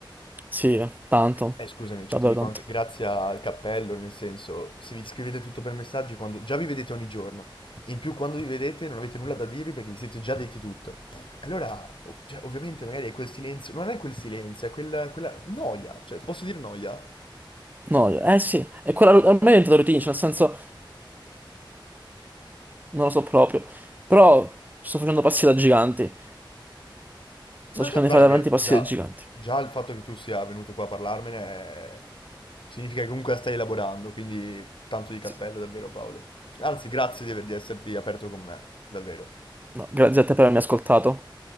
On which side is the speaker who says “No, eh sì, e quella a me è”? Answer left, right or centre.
Right